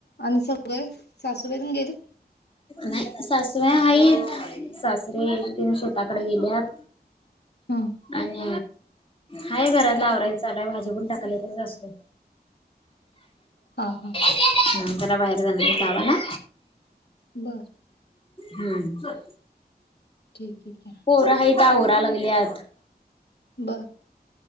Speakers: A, on the left; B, on the left.
A: आणि सगळे सासूबाई पण गेलेत.
B: नाही सासूबाई आहेत. सासरे दिन शेताकडे गेल्यात.
A: हा
B: आणि हाय घरातल आवराय चालूये भाजी पण टाकायला सासूबाई
A: हा हा
B: हा घरा बाहेर जावा ना
A: बर
B: हम्म
A: ठीक ठीक आहे.
B: पोर आहेत आवरायला लागल्यात.
A: बर